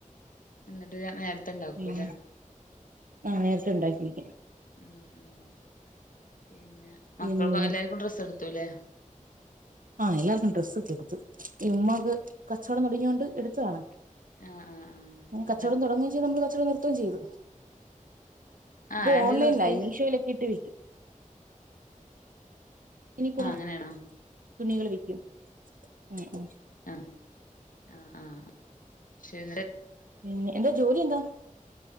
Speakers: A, on the left (about 80°); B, on the right (about 80°).
A: എന്നിട്ട് നേരത്തെ ഇണ്ടാക്കൂല്ലേ
B: ഉം ആഹ് നേരെത്തെണ്ടാക്കിക്കും
A: ഉം ഉം പിന്നെ
B: പിന്നെ
A: മക്കൾക്കൊല്ലാർക്കും ഡ്രെസ്സെടുത്തുല്ലേ
B: ആഹ് എല്ലാർക്കും ഡ്രസ്സൊക്കെ എടുത്തു കൊടുത്തു ഈ ഉമ്മാക് കച്ചോടം തൊടങ്ങിയോണ്ട് എടുത്തതാണ്
A: ആഹ് ആഹ് ആഹ്
B: കച്ചോടം
A: എന്നിട്ട്
B: തൊടങ്ങയും ചെയ്ത് മ്മള് കച്ചോടം നിർത്തുകയും ചെയ്തു
A: ആഹ്
B: ഇപ്പൊ
A: എന്തേ
B: ഓൺലൈനിലായി
A: നിർത്തി
B: മീഷോയിലൊക്കെ ഇട്ട് വെയ്ക്കും ഇനി കൂടെ
A: ആഹ് അങ്ങനെയാണോ
B: തുണികൾ വിക്ക്യും ഊം ഊം
A: അഹ് ആഹ് ആഹ് <unintelligible>
B: പിന്നെ എന്താ ജോലി എന്താ